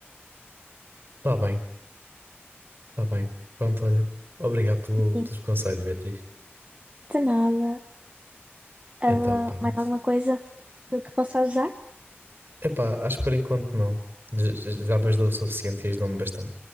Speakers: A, on the right; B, on the right.
A: Tá bem, tá bem. Pronto, olha. Obrigado pelo-
B: Sim,
A: pelos conselhos, Beatriz.
B: de nada. Ah,
A: Então, pronto.
B: mais alguma coisa que eu que possa ajudar?
A: Epá, acho que por enquanto não. J- j- Já me ajudou o suficiente e ajudou-me bastante.